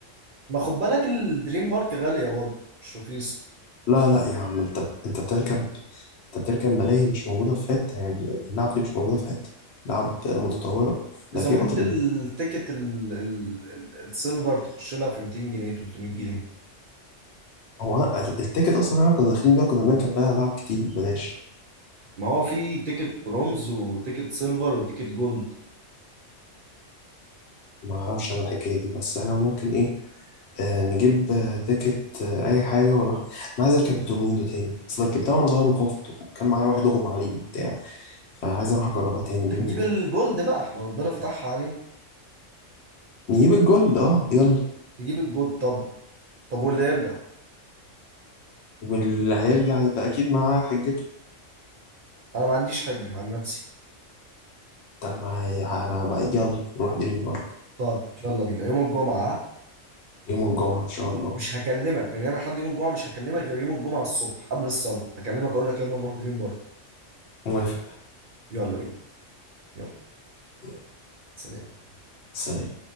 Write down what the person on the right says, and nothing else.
ما خد بالك الدريم بارك غاليه برضه مش رخيصه
زمان
انت التيكت ال... ال... ال... السيلفر تخش لها في 200 جنيه 300 جنيه
ما هو في تيكت برونز وتيكت سيلفر وتيكت جولد
هنجيب
الجولد بقى احنا ربنا فتحها علينا
نجيب الجولد طب طب واللي يرجع
انا ما عنديش حجة عن نفسي
طب يلا بينا يوم الجمعة
مش هكلمك من هنا لحد يوم الجمعة مش هكلمك غير يوم الجمعة الصبح قبل الصلاة هكلمك اقول لك يلا نروح دريم بارك
يلا بينا يلا
سلام